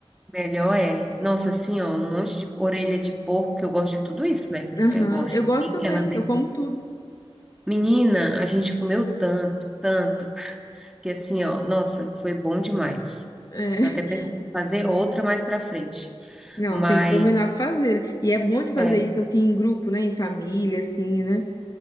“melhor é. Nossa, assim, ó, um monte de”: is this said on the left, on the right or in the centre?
Centre